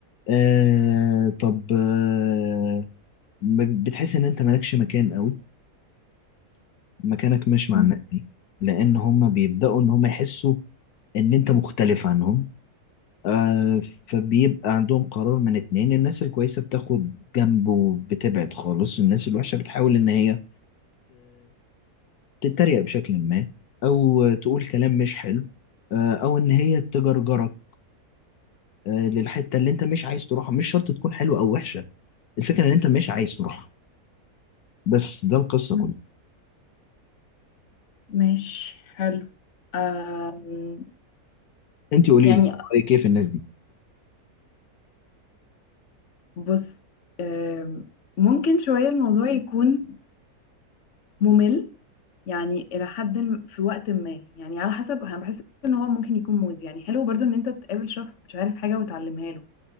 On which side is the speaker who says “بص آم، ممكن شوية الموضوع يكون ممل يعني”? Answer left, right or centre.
Left